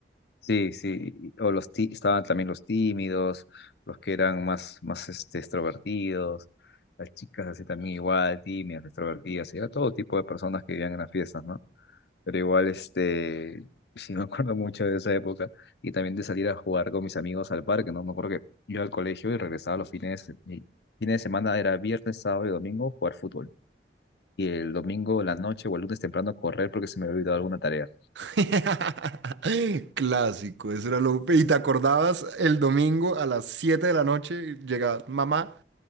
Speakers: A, on the left; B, on the right.
A: Sí, sí, y- o los tí- estaban también los tímidos, los que eran más, más este, extrovertidos, las chicas así también igual, tímidas, extrovertidas, y era todo tipo de personas que vivían en las fiestas, ¿no? Pero igual, este, <laughs> sí me acuerdo mucho de esa época y también de salir a jugar con mis amigos al parque, ¿no? Me acuerdo que iba al colegio y regresaba los fines, de se- y fines de semana era viernes, sábado y domingo jugar fútbol. Y el domingo en la noche o el lunes temprano correr porque se me había olvidado alguna tarea.
B: <laughs> Clásico, eso era lo... Y te acordabas el domingo a las 7 de la noche, llegaba mamá.